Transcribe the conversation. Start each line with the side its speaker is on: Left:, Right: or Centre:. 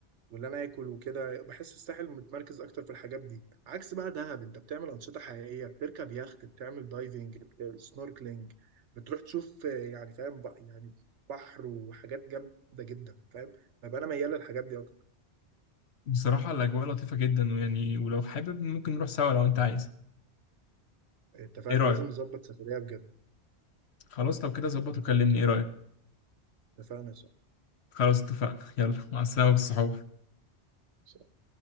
Right: واللي انا اكل وكده بحس الساحل متمركز اكتر في الحاجات دي عكس بقى دهب انت بتعمل انشطه حقيقيه بتركب يخت بتعمل دايفنج سنوركلينج بتروح تشوف آه، يعني فاهم بق- يعني بحر وحاجات جامده جدا فاهم فبقى انا ميال للحاجات دي اكتر
Left: بصراحه الاجواء لطيفه جدا ويعني ولو حابب ممكن نروح سوا لو انت عايز
Right: اتفقنا
Left: ايه رايك
Right: لازم نظبط سفريه بجد
Left: خلاص لو كده ظبط وكلمني ايه رايك
Right: اتفقنا
Left: خلاص اتفقنا يلا مع السلامه بالصحاب
Right: صح